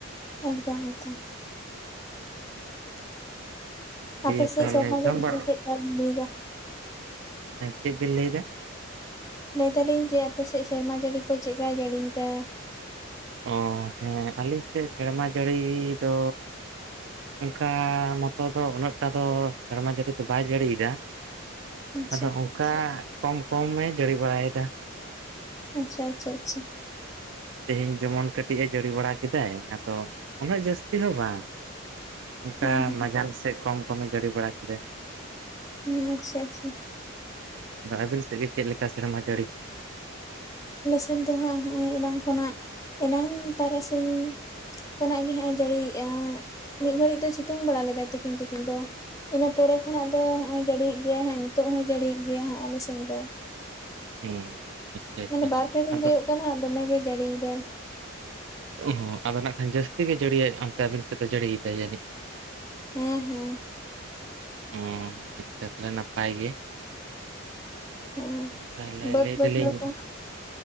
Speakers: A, on the left (about 15°); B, on the right (about 60°).
A: ᱮᱠᱫᱚᱢ ᱮᱠᱫᱚᱢ᱾
B: <unintelligible>
A: ᱟᱯᱮ ᱥᱮᱫ
B: ᱛᱟᱦᱚᱞᱮ
A: ᱥᱮᱨᱢᱟ
B: ᱡᱚᱢ
A: ᱡᱟᱹᱲᱤ
B: ᱵᱟᱲᱟ
A: ᱫᱚ ᱪᱮᱫ ᱞᱮᱠᱟ ᱵᱮᱱ ᱞᱟᱹᱭ ᱮᱫᱟ?
B: ᱦᱮᱸ ᱪᱮᱫ ᱵᱤᱱ ᱞᱟᱹᱭ ᱮᱫᱟ?
A: ᱞᱟᱹᱭ ᱫᱟᱞᱤᱧ ᱡᱮ ᱟᱯᱮᱥᱮᱫ ᱥᱮᱨᱢᱟ ᱡᱟᱹᱲᱤ ᱠᱚ ᱪᱮᱫᱠᱟᱭ ᱡᱟᱹᱲᱤᱭᱮᱫᱟ?
B: ᱚᱸ ᱦᱮᱸ ᱟᱹᱞᱤᱧ ᱥᱮᱫ ᱥᱮᱨᱢᱟ ᱡᱟᱹᱲᱤ ᱫᱚ ᱚᱱᱠᱟ ᱢᱚᱛᱚ ᱫᱚ ᱩᱱᱟᱹᱜᱴᱟ ᱫᱚ ᱥᱮᱨᱢᱟ ᱡᱟᱹᱲᱤ ᱫᱚ ᱵᱟᱭ ᱡᱟᱹᱲᱤᱭᱮᱫᱟ᱾
A: ᱟᱪᱪᱷᱟ
B: ᱟᱫᱚ ᱚᱱᱠᱟ ᱠᱚᱢ ᱠᱚᱢᱼᱮ ᱡᱟᱹᱲᱤ ᱵᱟᱲᱟᱭ ᱮᱫᱟ᱾
A: ᱟᱪᱷᱟ ᱟᱪᱪᱟ ᱟᱪᱷᱟ᱾
B: ᱛᱮᱦᱮᱧ ᱡᱮᱢᱚᱱ ᱠᱟᱹᱴᱤᱡ ᱮ ᱡᱟᱹᱲᱤ ᱵᱟᱲᱟ ᱠᱮᱫᱟᱭ ᱟᱫᱚ ᱩᱱᱟᱹᱜ ᱡᱟᱹᱥᱛᱤ ᱦᱚᱸ ᱵᱟᱝ᱾ ᱚᱱᱠᱟ
A: ᱦᱮᱸ ᱦᱮᱸ
B: ᱢᱟᱡᱟᱱ ᱥᱮᱫ ᱠᱚᱢ ᱠᱚᱢᱼᱮ ᱡᱟᱹᱲᱤ ᱵᱟᱲᱟ ᱠᱮᱫᱟ᱾
A: ᱦᱩᱸ ᱟᱪᱷᱟ ᱟᱪᱷᱟ᱾
B: ᱟᱫᱚ ᱟᱹᱵᱤᱱ ᱥᱮᱫ ᱜᱮ ᱪᱮᱫ ᱞᱮᱠᱟ ᱥᱮᱨᱢᱟ ᱡᱟᱹᱲᱤ?
A: ᱟᱞᱮ ᱥᱮᱱ ᱫᱚᱦᱟᱸᱜ ᱱᱚᱜᱼᱚᱭ ᱮᱱᱟᱝ ᱠᱷᱚᱱᱟᱜ ᱮᱱᱟᱝ ᱛᱟᱨᱟᱥᱤᱧ ᱠᱷᱚᱱᱟᱜ ᱜᱮ ᱦᱟᱸᱜ ᱮ ᱡᱟᱹᱲᱤᱭᱮᱫᱼᱟ ᱢᱤᱫ ᱜᱷᱟᱹᱲᱤᱡ ᱫᱚ ᱥᱤᱛᱩᱝ ᱵᱟᱲᱟ ᱞᱮᱜᱟᱭ ᱛᱤᱠᱤᱱ ᱛᱤᱠᱤᱱ ᱫᱚ᱾ ᱤᱱᱟᱹ ᱯᱚᱨᱮ ᱠᱷᱚᱱᱟᱜ ᱫᱚ ᱱᱚᱜᱼᱚᱭ ᱡᱟᱹᱲᱤᱭᱮᱜ ᱜᱮᱭᱟᱭ ᱦᱟᱸᱜ ᱱᱤᱛᱚᱜ ᱦᱚᱸᱭ ᱡᱟᱹᱲᱤᱭᱮᱜ ᱜᱮᱭᱟᱭ ᱦᱟᱸᱜ ᱟᱞᱮᱥᱮᱱ ᱫᱚ᱾
B: ᱦᱮᱸ ᱟᱪᱪᱷᱟ
A: ᱢᱟᱱᱮ
B: ᱟᱪᱪᱷᱟ
A: ᱵᱟᱨ ᱯᱮ ᱫᱤᱱ
B: ᱟᱫᱚ
A: ᱦᱩᱭᱩᱜ ᱠᱟᱱᱟ ᱟᱨ ᱫᱚᱢᱮ ᱜᱮᱭ ᱡᱟᱹᱲᱤᱭᱮᱫᱟ᱾
B: ᱚ ᱦᱚᱸᱜ ᱟᱫᱚ ᱱᱟᱜ ᱠᱷᱟᱱ ᱡᱟᱹᱥᱛᱤ ᱜᱮ ᱡᱟᱹᱲᱤᱭᱟᱭ ᱚᱱᱛᱮ ᱟᱹᱵᱤᱱ ᱥᱮᱫ ᱫᱚ ᱡᱟᱹᱲᱤᱭᱮᱫᱟᱭ ᱡᱟᱹᱱᱤᱡ᱾
A: ᱦᱮᱸ ᱦᱩᱸ
B: ᱚ ᱟᱪᱪᱷᱟ ᱛᱟᱦᱚᱞᱮ ᱱᱟᱯᱟᱭ ᱜᱮ᱾
A: ᱦᱮᱸ
B: ᱛᱟᱦᱚᱞᱮ
A: ᱵᱟᱹᱫᱽ
B: ᱞᱟᱹᱭ
A: ᱵᱟᱹᱭᱦᱟᱹᱲ
B: ᱫᱟᱞᱤᱧ
A: ᱠᱚ ᱦᱟᱸᱜ